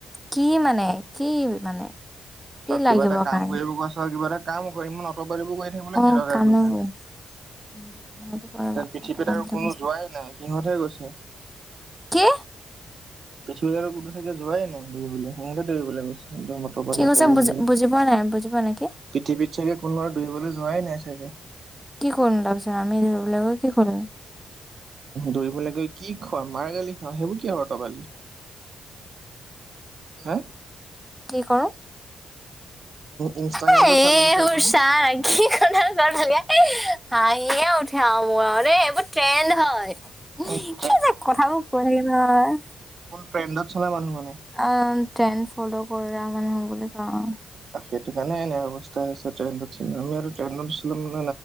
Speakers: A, in the centre; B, on the right.
A: কি মানে কি মানে কি
B: তই
A: লাগিব
B: কিবা এটা কাম
A: কাৰণে
B: কৰিব কৈ আছ, কিবা এটা কামো কৰিম ন। <unintelligible> কৰি থাকিবলে
A: অ
B: কি দৰকাৰ
A: কামে
B: পৰিছে?
A: কৰিম উম সেইটো হয়
B: যেন
A: বাৰু
B: পৃথিৱীত
A: অট'মেটিক
B: আৰু কোনো
A: হৈছে।
B: যোৱাই নাই, সিহঁতেহে গৈছে।
A: কি?
B: পৃথিৱী আৰু কোনো চাগে যোৱাই নাই দৌৰিবলৈ, সিহঁতে দৌৰিবলৈ গৈছে সে <unintelligible> পৃথিৱীত
A: কি কৈছে বুজি বুজি পোৱা নাই বুজি পোৱা নাই কি
B: চাগে কোনো আৰু দৌৰিবলৈ যোৱাই নাই চাগে।
A: কি কৰিম তাৰপিছত আমি <unintelligible> কি কৰিল
B: দৌৰিবলৈ গৈ কি খোৱা মাৰ গালি খাও, সেইবোৰ কি আৰু অতপালি? হা?
A: কি কৰো?
B: ইনষ্টাগ্ৰামটো
A: এ এবোৰ
B: ফালি আছে আপুনি
A: চানা, কি কথা <unintelligible> হাঁহিয়ে উঠে মোৰ আৰু দে, এইবোৰ ট্ৰেন্দ হয়।
B: অ', <unintelligible>
A: কি যে কথাবোৰ কৈ থাকে নহয়
B: ট্ৰেণ্ডত চলা মানুহ মা
A: অ', ট্ৰেণ্ড ফল' কৰা মানুহ বুলি কওঁ।
B: সেইটো কাৰণে এনে অৱস্থা হৈছে, ট্ৰেন্দত চলি। আমি আৰু ট্ৰেন্দত নছলো